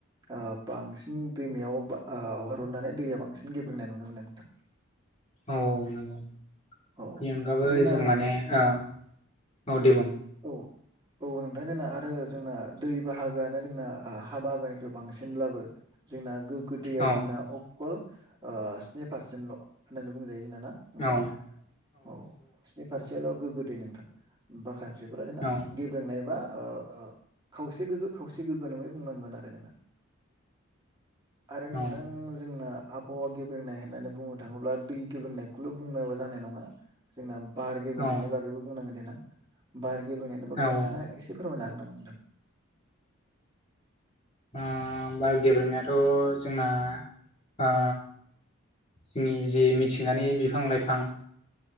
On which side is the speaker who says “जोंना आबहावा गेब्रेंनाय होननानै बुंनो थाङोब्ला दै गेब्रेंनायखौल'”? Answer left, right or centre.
Right